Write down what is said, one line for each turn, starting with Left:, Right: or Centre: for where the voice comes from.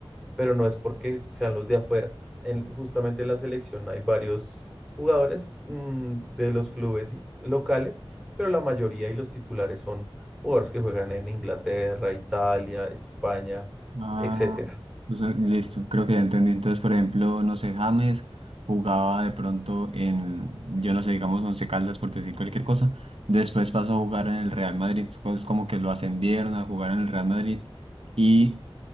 Centre: pero no es porque sean los de afuera. En- justamente en la selección hay varios jugadores mm, de los clubes y- locales, pero la mayoría y los titulares son jugadores que juegan en Inglaterra, Italia, España,
Right: Ah,
Centre: etcétera
Right: o sea, listo, creo que ya entendí. Entonces, por ejemplo, no sé, James jugaba de pronto en, yo no sé, digamos, Once Caldas, por decir cualquier cosa. Después pasó a jugar en el Real Madrid, es como que lo ascendieron a jugar en el Real Madrid y